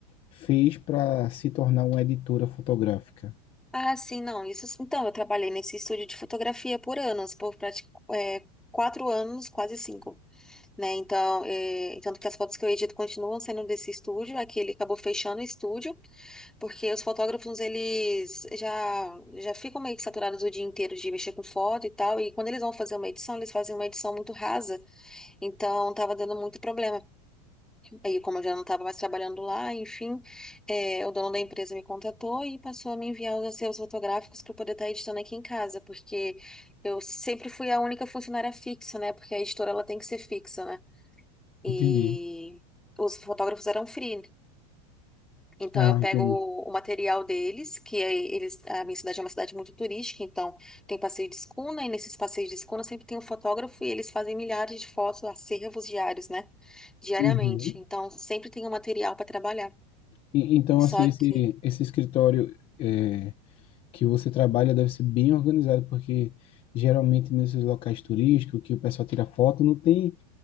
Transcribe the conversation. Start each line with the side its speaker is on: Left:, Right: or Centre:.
Left: fez para se tornar uma editora fotográfica
Centre: Ah, sim, não. Isso, então, eu trabalhei nesse estúdio de fotografia por anos, por prati- é, quatro anos, quase cinco, né? Então, é, tanto que as fotos que eu edito continuam sendo desse estúdio, é que ele acabou fechando o estúdio, porque os fotógrafos, eles já, já ficam meio que saturados o dia inteiro de mexer com foto e tal, e quando eles vão fazer uma edição, eles fazem uma edição muito rasa, então tava dando muito problema. Aí, como eu já não estava mais trabalhando lá, enfim, é, o dono da empresa me contatou e passou a me enviar os acervos fotográficos para eu poder estar editando aqui em casa, porque eu sempre fui a única funcionária fixa, né? Porque a editora ela tem que ser fixa, né? E
Left: entendi
Centre: os fotógrafos eram free, então
Left: ah
Centre: eu pego
Left: entendi
Centre: o o material deles, que aí eles, a minha cidade é uma cidade muito turística, então tem passeio de escuna, e nesses passeios de escuna sempre tem um fotógrafo e eles fazem milhares de fotos, acervos diários, né? Diariamente.
Left: Uhum.
Centre: Então sempre tem um material para trabalhar.
Left: E- Então, assim,
Centre: Só
Left: esse,
Centre: que
Left: esse escritório é, que você trabalha deve ser bem organizado, porque geralmente nesses locais turísticos que o pessoal tira foto, não tem,